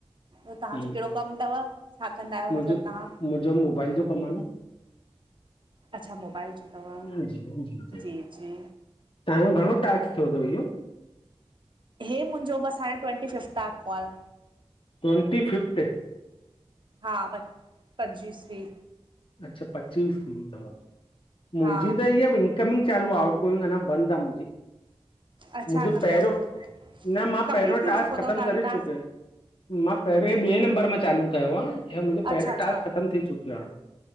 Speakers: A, on the right; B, on the left.
A: त तव्हांजो
B: हम्म,
A: कहिड़ो कमु अथव छा कंदा आहियो
B: मुंहिंजो
A: मतिलबु तव्हां
B: मोबाइल जो कमु आहे
A: अच्छा मोबाइल जो अथव
B: न जी हत <inaudible>
A: जी जी
B: तव्हांजो घणो टास्क थियो अथव इहो
A: हे मुंहिंजो बस हाणे ट्वंटी फिफ्थ आहे कॉल
B: ट्वंटी फिफ्थ
A: हा बस पंचीसवी
B: अच्छा पच्चीस थी अथव मुंहिंजी
A: हा
B: त इहा इनकमिंग चालू आहे आउटगोइंग अन्या बंद आहे
A: अच्छा
B: मुंहिंजो
A: न मतिलबु
B: पहिरियों न मां
A: कंप्लीट
B: पहिरियों
A: थी
B: टास्क
A: चुको अथव
B: ख़तम
A: तव्हांजो
B: करे
A: टास्क
B: चुकियो आहियां मां पहिरियों ॿिए नंबर में चालू कयो आहे ऐं मुंहिंजो
A: अच्छा
B: पहिरियों
A: अच्छा
B: टास्क ख़तमु थी चुकियो आहे